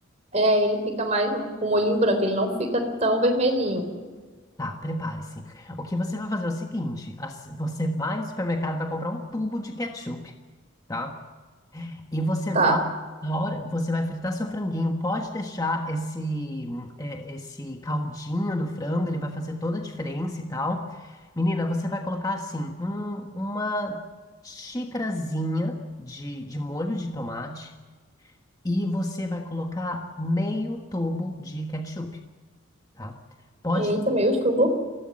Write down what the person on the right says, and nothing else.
É, ele fica mais um, com molhinho branco, ele não fica tão vermelhinho.
Tá.
Eita, meu cubo.